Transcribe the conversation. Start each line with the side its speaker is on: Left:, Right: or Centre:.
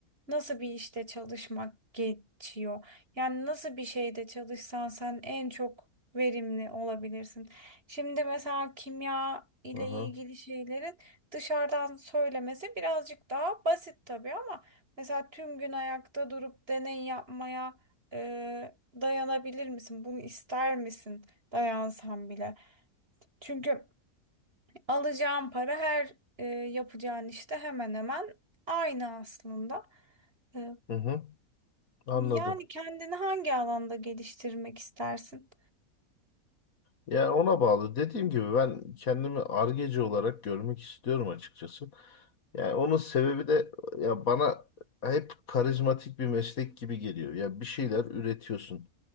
Right: nasıl bir işte çalışmak geçiyor. Yani nasıl bir şeyde çalışsan sen en çok verimli olabilirsin. Şimdi mesela kimya ile
Left: Hı hı.
Right: ilgili şeylerin dışarıdan söylemesi birazcık daha basit tabii ama mesela tüm gün ayakta durup deney yapmaya ee, dayanabilir misin? Bunu ister misin? Dayansam bile. Çünkü alacağın para her e, yapacağın işte hemen hemen aynı aslında. Ee,
Left: Hı hı. Anladım.
Right: yani kendini hangi alanda geliştirmek istersin?
Left: Yani ona bağlı. Dediğim gibi ben kendimi argeci olarak görmek istiyorum açıkçası. Yani onun sebebi de ya bana hep karizmatik bir meslek gibi geliyor. Ya bir şeyler üretiyorsun.